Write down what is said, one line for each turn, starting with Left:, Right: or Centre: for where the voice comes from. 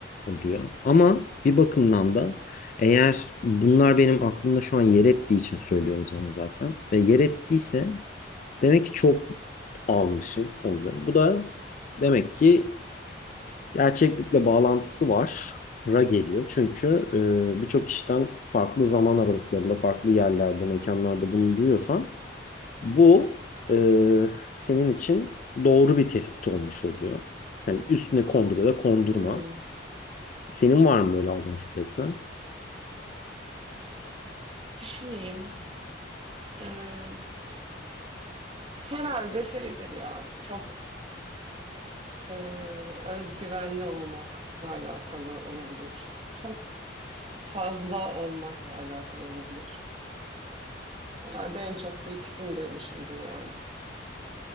Left: oluyor. Ama bir bakımdan da eğer bunlar benim aklımda şu an yer ettiği için söylüyorum sana zaten. Ve yer ettiyse demek ki çok almışım oluyorum. Bu da demek ki gerçeklikle bağlantısı var. Ra geliyor. Çünkü e, birçok kişiden farklı zaman aralıklarında, farklı yerlerde, mekanlarda bunu duyuyorsan bu e, senin için doğru bir tespit olmuş oluyor. Yani üstüne kondur ya da kondurma.
Right: Hmm.
Left: Senin var mı böyle aldığın feedbackler?
Right: Düşüneyim. Ee, herhalde şeydir ya çok Ee, özgüvenli olmakla alakalı olabilir. Çok fazla olmakla alakalı olabilir. Herhalde en çok bu ikisini duymuşumdur yani.